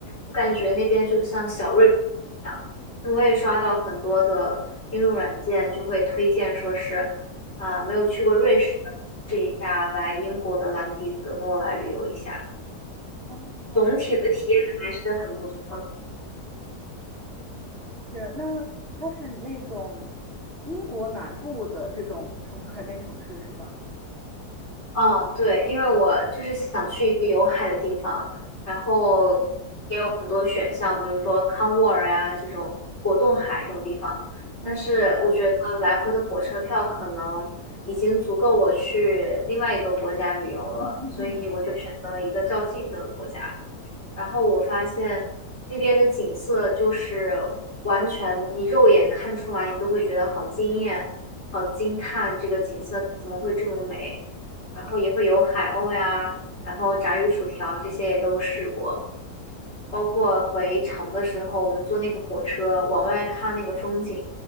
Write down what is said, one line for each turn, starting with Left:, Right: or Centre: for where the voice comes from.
Left: 我感觉那边就像小瑞，因为我也刷到很多的应用软件就会推荐说是啊、没有去过瑞士，的，试一下来英国的兰迪德诺来旅游一下，
Right: 哦，
Left: 总体的体验还是很不错。
Right: 是，那它是那种英国南部的这种城海边城市是吧？
Left: 嗯，对，因为我就是想去一个有海的地方，然后也有很多选项，比如说康沃尔呀、这种果冻海这种地方，
Right: 嗯
Left: 但是我觉得来回的火车票可能已经足够我去另外一个国家旅游了，
Right: 嗯
Left: 所以我就选择了一个较近的国家。然后我发现那边的景色就是完全你肉眼看出来，你都会觉得好惊艳、好惊叹，这个景色怎么会这么美？然后也会有海鸥呀，然后炸鱼薯条这些也都试过，包括回城的时候，我们坐那个火车往外看那个风景，